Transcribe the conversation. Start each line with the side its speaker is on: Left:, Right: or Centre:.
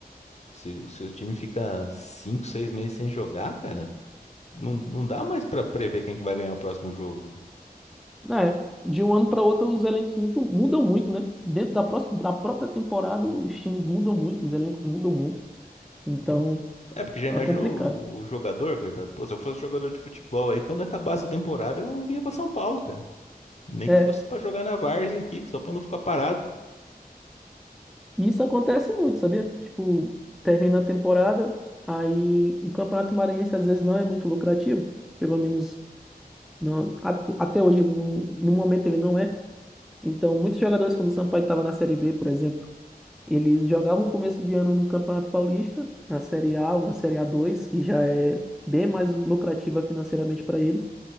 Left: se o seu time fica cinco seis meses sem jogar, cara, não, não dá mais pra prever quem que vai ganhar o próximo jogo.
Centre: É, de um ano para outro os elencos muito- mudam muito, né? Dentro da, próxima, da própria temporada os times mudam muito, os elencos mudam muito. Então
Left: É, porque já imaginou
Centre: é complicado.
Left: o jogador, coitado? Pô, se eu fosse jogador de futebol aí, quando acabasse a temporada, eu vinha pra São Paulo, cara. Nem
Centre: É,
Left: que fosse pra jogar na várzea aqui, só pra não ficar parado.
Centre: e isso acontece muito, sabia? Tipo, termina a temporada, aí o Campeonato Maranhense às vezes não é muito lucrativo, pelo menos não, atu- até hoje ele não, no momento ele não é. Então muitos jogadores quando o Sampaio estava na Série B, por exemplo, Eles jogavam começo de ano no Campeonato Paulista, na Série A ou na Série a dois, que já é bem mais lucrativa financeiramente para eles.